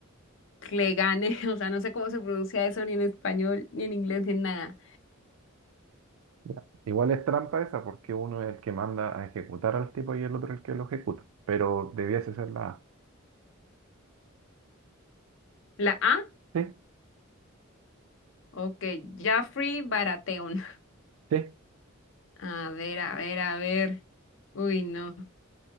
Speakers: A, on the left; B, on the right.
A: Clegane, <laughs> o sea, no sé cómo se pronuncia eso ni en español, ni en inglés, ni en nada.
B: Ya. Igual es trampa esa porque uno es el que manda a ejecutar al tipo y el otro el que lo ejecuta, pero debiese ser la A.
A: La A.
B: Sí,
A: Ok, Jaffrey Baratheon. <laughs>
B: sí,
A: A ver, a ver, a ver. Uy, no.